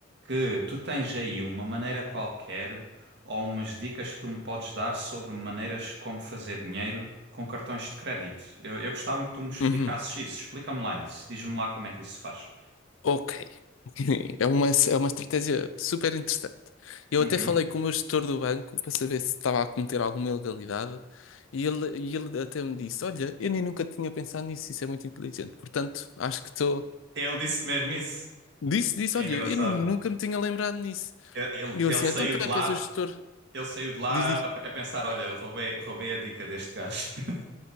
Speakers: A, on the right; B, on the left.
A: que tu tens aí uma maneira qualquer ou umas dicas que tu me podes dar sobre maneiras como fazer dinheiro com cartões de crédito. Eu, eu gostava que tu me explicasses
B: Uhum.
A: isso, explica-me lá isso, diz-me lá como é que isso se faz.
B: Ok. <laughs> É uma, é uma estratégia super interessante. Eu
A: Uhum.
B: até falei com o meu gestor do banco para saber se estava a cometer alguma ilegalidade e ele, e ele até me disse: Olha, eu nem nunca tinha pensado nisso, isso é muito inteligente. Portanto, acho que estou.
A: Ele disse mesmo isso.
B: Disse, disse:
A: É
B: Olha,
A: engraçado.
B: eu nem nunca me tinha lembrado nisso.
A: Ele, ele-
B: E eu
A: ele
B: assim:
A: saiu
B: Então tu
A: de
B: é
A: lá,
B: que és o gestor?
A: ele saiu de lá
B: Diz isso.
A: a, a pensar, olha, roubei, roubei a dica deste gajo. <laughs>